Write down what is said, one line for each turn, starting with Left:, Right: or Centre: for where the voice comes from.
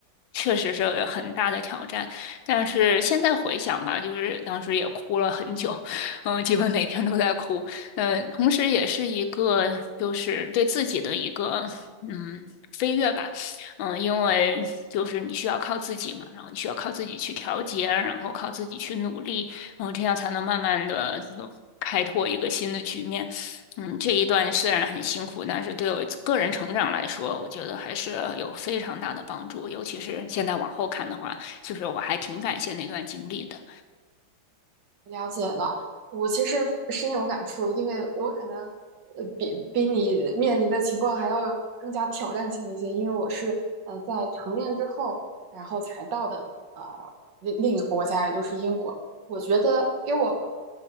Left: 确实是很大的挑战。但是现在回想吧，就是当时也哭了很久，嗯，基本每天都在哭，嗯，同时也是一个就是对自己的一个嗯飞跃吧，嗯，因为就是你需要靠自己嘛，然后你需要靠自己去调节，然后靠自己去努力，然后这样才能慢慢的就开拓一个新的局面。嗯，这一段虽然很辛苦，但是对我个人成长来说，我觉得还是有非常大的帮助。尤其是现在往后看的话，就是我还挺感谢那段经历的。
Right: 了解了，我其实深有感触，因为我可能呃比比你面临的情况还要更加挑战性一些，因为我是呃在成年之后，然后才到的呃另另一个国家，也就是英国。我觉得给我